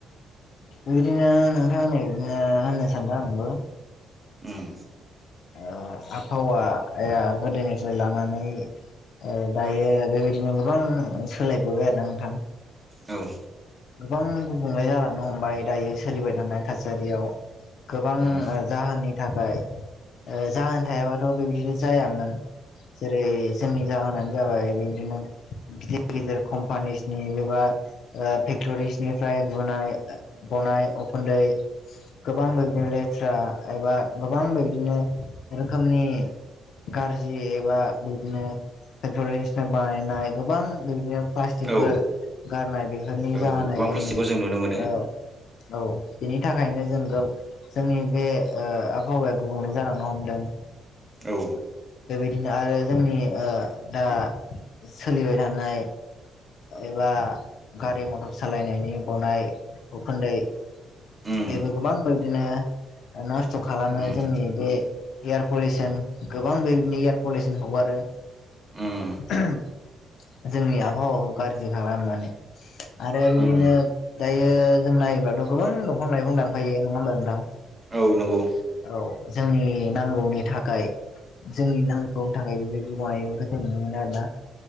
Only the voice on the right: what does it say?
उम
औ
उम
औ
औ
गोबां
प्लास्टिकखौ जों नुनो मोनो
औ
उम
उम
उम
उम
औ नंगौ